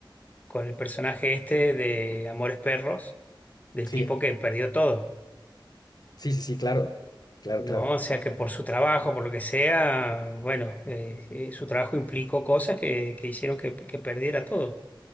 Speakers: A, on the left; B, on the left.
A: con el personaje este de Amores Perros, del
B: sí,
A: tipo que perdió todo,
B: sí, sí, sí, claro, claro,
A: ¿no?
B: claro.
A: O sea, que por su trabajo, por lo que sea, bueno, eh, eh, su trabajo implicó cosas que, que hicieron que, que perdiera todo